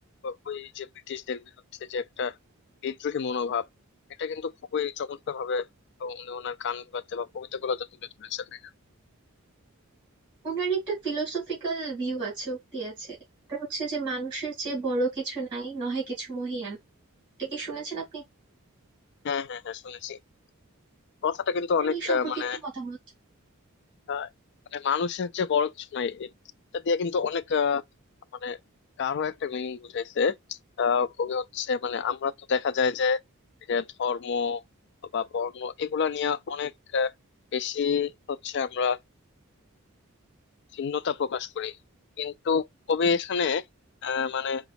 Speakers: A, on the left; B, on the right.
A: ও- ওই যে ব্রিটিশদের বিরুদ্ধে যে একটা বিদ্রোহী মনোভাব এটা কিন্তু খুবই চমৎকার ভাবে উনি ওনার গান গুলাতে বা কবিতা গুলাতে তুলে ধরেছেন তাই না?
B: ওনার একটা ফিলোসফিক্যাল ভিউ আছে উক্তি আছে এটা হচ্ছে যে মানুষের চেয়ে বড় কিছু নাই নহে কিছু মহিয়ান এটা কি শুনেছেন আপনি
A: হ্যাঁ হ্যাঁ হ্যাঁ শুনেছি কথাটা কিন্তু
B: আপনার
A: অনেক
B: এই সম্পর্কে
A: আহ, মানে
B: কি মতামত
A: আহ, মানে মানুষের যে বড় কিছু নাই এটা দিয়ে কিন্তু অনেক আহ, মানে গাঢ় একটা মিনিং বুঝাইছে আহ, কবি হচ্ছে মানে আমরা তো দেখা যায় যে এই যে ধর্ম বা বর্ণ এগুলা নিয়ে অনেক আহ, বেশি হচ্ছে আমরা ভিন্নতা প্রকাশ করি কিন্তু কবি এখানে আহ, মানে